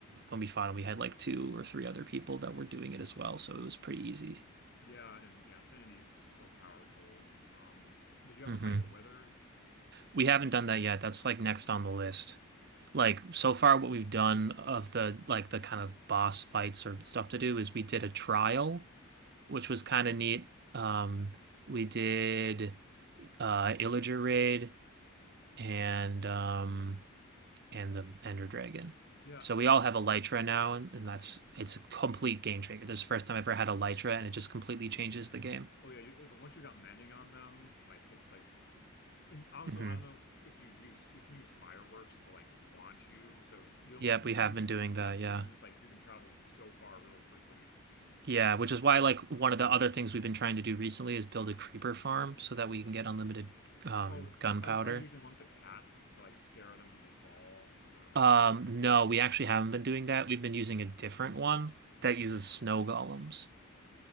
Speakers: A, on the right; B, on the left.
A: when we fought him, we had like two or three other people that were doing it as well, so it was pretty easy.
B: Yeah, and yeah, infinity is so powerful. Um, did you ever
A: hmm
B: fight the Wither?
A: We haven't done that yet. That's like next on the list. like so far what we've done of the like the kind of boss fights or stuff to do is we did a trial which was kind of neat um we did uh Illager raid and um and the Ender Dragon
B: Yeah. I,
A: so we all have Elytra now and, and that's it's a complete game changer this is the first time I've ever had Elytra and it just completely changes the game
B: oh yeah, you, but once you got mending on them, like it's like and also
A: hmm
B: I don't know if you've used you can use fireworks to like launch you so you don't
A: yep
B: you,
A: we have
B: you can
A: been doing that
B: yep, so
A: yeah
B: you can just like you can travel so far really quickly.
A: Yeah,
B: Um, but
A: which is why like one of the other things we've been trying to do recently is build a creeper farm so that we can get unlimited um
B: Oh,
A: gunpowder.
B: are are you usually want the cats to like scare them and they fall or
A: Um no, we actually haven't been doing that. We've been using a different one that uses snow golems.